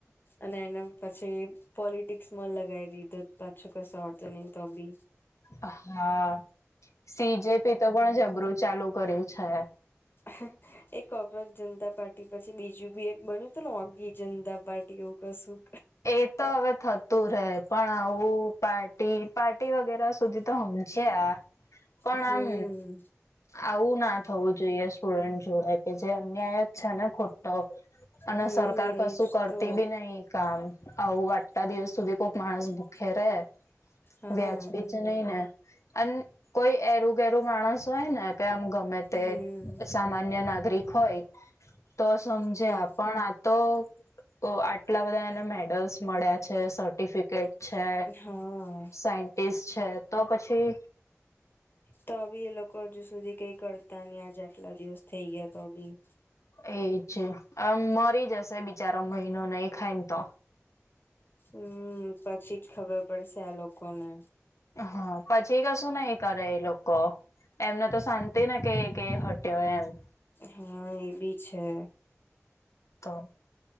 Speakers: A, on the left (about 45°); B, on the left (about 80°).
A: અને, પછી પોલિટિક્સમાં લગાવી, પાછો કશું આવડતા નહી તો પણ,
B: હા સીજેપી તો પણ જબરૂું ચાલુ કર્યું છે.
A: હા. એક કોકરોજ જનતા પાર્ટી પછી બીજું પણ એક બન્યું હતુંને ઓઘી જનતા પાર્ટી એવું કશું.
B: એ તો હવે થતું રહેે પણ આવું પાર્ટી વગેરે સુધી, તો સમજ્યા પણ
A: હમ
B: આમ આવું ના, થવું જોઈએ સ્ટુડન્ટ જોડે કે જે અન્યાય જ છે ને ખોટો. અને
A: હમ
B: સરકાર કશું
A: એજ
B: કરતી
A: તો
B: પણ નહી. કામ આવું આટલા દિવસ સુધી કોઈક માણસ ભૂખે રહે,
A: હા
B: વ્યાજબી જ નહીં ને. અને કોઈ એરું ઘેરું માણસ હોય ને કે આમ ગમે તે,
A: હમ
B: સામાન્ય નાગરિક હોય તો સમજે
A: હા
B: આ તો, ઓ આટલા બધા એને મેડલ્સ મળ્યા છે સર્ટિફિકેટ, છે
A: હા
B: સાયન્ટિસ્ટ છે તો પછી,
A: તો પણ એ લોકો હજુ સુધી કશું કરતા નહી આજે આટલા દિવસ થઈ ગયા તો પણ,
B: એ છે આમ મરી જશે બિચારો મહિનો ને એ ખાઈ ને તો.
A: હમ પછી જ ખબર પડશે આ લોકોને.
B: હા પછી કશું નહી કરે એ લોકો. એમને તો શાંતિ ને કે હટ્યોય એવું.
A: હા એ પણ છે.
B: તો